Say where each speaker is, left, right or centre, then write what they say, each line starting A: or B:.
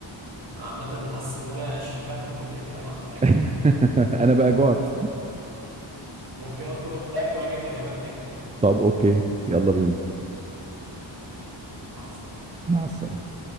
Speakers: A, on the right; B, on the right.
A: أنا عامة حاسس إن أنا شبعت من كتر الكلام عن الأكل
B: <laughs>
A: يعني
B: انا بقى جعت
A: ممكن اطلب اكل واجي اكلمك تاني
B: <laughs> طب اوكي يلا بينا
A: ماشي يلا، مع السلامة
B: مع السلامة